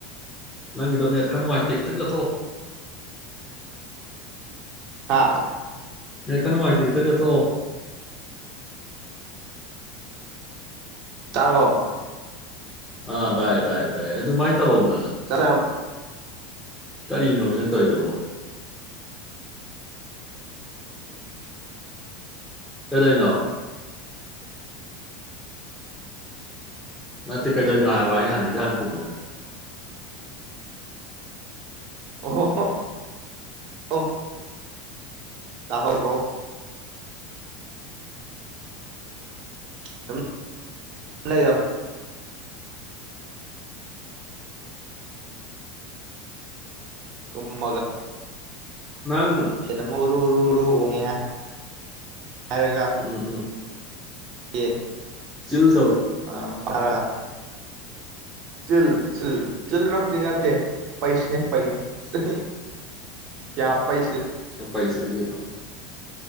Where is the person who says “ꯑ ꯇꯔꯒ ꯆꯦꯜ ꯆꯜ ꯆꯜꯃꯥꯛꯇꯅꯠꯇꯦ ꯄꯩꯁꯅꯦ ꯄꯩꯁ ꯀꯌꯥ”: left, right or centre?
Right